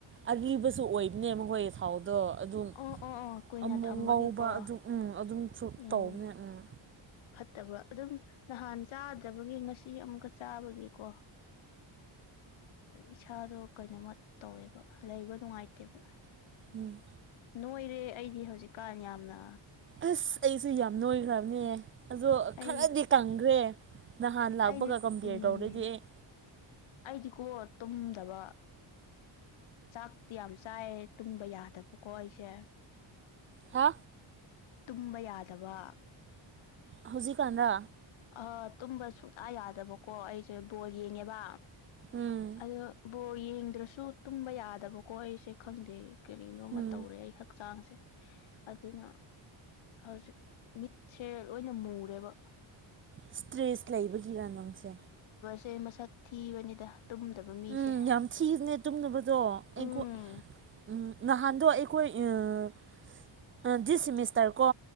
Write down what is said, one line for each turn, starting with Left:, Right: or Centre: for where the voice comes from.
Right: ꯑꯂꯤꯕꯨꯁꯨ ꯑꯣꯏ ꯏꯅꯦꯕ ꯍꯣꯏ ꯊꯥꯎꯗꯣ ꯑꯗꯨꯝ
Left: ꯑꯣ ꯑꯣ ꯑꯣ ꯀꯨꯏꯅ
Right: ꯑꯃꯨꯛ
Left: ꯊꯝꯕꯒꯤꯀꯣ
Right: ꯉꯧꯕ ꯑꯗꯨꯝ ꯑꯗꯨꯝꯁꯨ
Left: ꯎꯝ
Right: ꯇꯧꯕꯅꯦ ꯎꯝ
Left: ꯐꯠꯇꯕ ꯑꯗꯨꯝ ꯅꯍꯥꯟ ꯆꯥꯗꯕꯒꯤ ꯉꯁꯤ ꯑꯃꯨꯛꯀ ꯆꯥꯕꯒꯤꯀꯣ ꯏꯁꯥꯗꯣ ꯀꯩꯅꯣꯝꯃ ꯇꯧꯋꯦꯕ ꯂꯩꯕ ꯅꯨꯡꯉꯥꯏꯇꯦꯕ
Right: ꯎꯝ
Left: ꯅꯣꯏꯔꯦ ꯑꯩꯗꯤ ꯍꯧꯖꯤꯛꯀꯥꯟ ꯌꯥꯝꯅ
Right: ꯑꯁ ꯑꯩꯁꯨ ꯌꯥꯝ ꯅꯣꯏꯈ꯭ꯔꯝꯅꯦ ꯑꯗꯣ
Left: ꯑꯩ
Right: ꯈꯔꯗꯤ ꯀꯪꯈ꯭ꯔꯦ ꯅꯍꯥꯟ ꯂꯥꯛꯄꯒ
Left: ꯑꯩꯗꯤ
Right: ꯀꯝꯄ꯭ꯌꯔ
Left: ꯎꯝ
Right: ꯇꯧꯔꯗꯤ ꯑꯩ
Left: ꯑꯩꯗꯤꯀꯣ ꯇꯨꯝꯗꯕ ꯆꯥꯛꯇꯤ ꯌꯥꯝ ꯆꯥꯏꯌꯦ ꯇꯨꯝꯕ ꯌꯥꯗꯕꯀꯣ ꯑꯩꯁꯦ
Right: ꯍꯥ
Left: ꯇꯨꯝꯕ ꯌꯥꯗꯕ
Right: ꯍꯧꯖꯤꯛꯀꯥꯟꯔ
Left: ꯑ ꯇꯨꯝꯕ ꯁꯨꯛꯌꯥ ꯌꯥꯗꯕꯀꯣ ꯑꯩꯁꯦ ꯕꯣꯜ ꯌꯦꯡꯉꯦꯕ
Right: ꯎꯝ
Left: ꯑꯗꯣ ꯕꯣꯜ ꯌꯦꯡꯗ꯭ꯔꯁꯨ ꯇꯨꯝꯕ ꯌꯥꯗꯕꯀꯣ ꯑꯩꯁꯦ ꯈꯪꯗꯦ ꯀꯔꯤꯅꯣꯃ
Right: ꯎꯝ
Left: ꯇꯧꯔꯦ ꯑꯩ ꯍꯛꯆꯥꯡꯁꯦ ꯑꯗꯨꯅ ꯍꯧꯖꯤꯛ ꯃꯤ ꯊꯦꯔꯦꯜ ꯑꯣꯏꯅ ꯃꯨꯨꯔꯦꯕ
Right: ꯏꯁꯇ꯭ꯔꯦꯁ ꯂꯩꯕꯒꯤꯔ ꯅꯪꯁꯦ
Left: ꯁꯦ ꯃꯁꯛ ꯊꯤꯕꯅꯤꯗ ꯇꯨꯝꯗꯕ ꯃꯤꯁꯦ
Right: ꯎꯝ ꯌꯥꯝ ꯊꯤꯕꯅꯦ ꯇꯨꯝꯅꯕꯗꯣ ꯑꯩ
Left: ꯎꯝ
Right: ꯀꯣ ꯎꯝ ꯅꯍꯥꯟ ꯑꯗꯣ ꯑꯩꯈꯣꯏ <unintelligible> ꯗꯤꯁ ꯁꯤꯃꯤꯁꯇꯔ ꯀꯣ